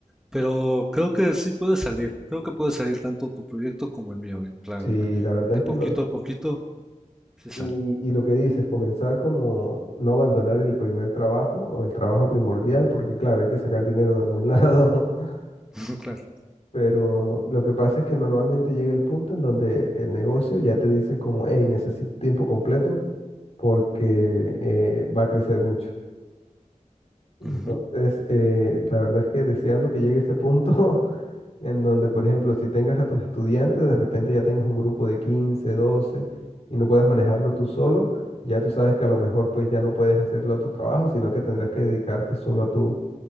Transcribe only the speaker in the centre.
Pero creo que sí puede salir. Creo que puede salir tanto tu proyecto como el mío. En plan,
de
poquito
a poquito, sí sale.
<laughs> Claro.
Ujú,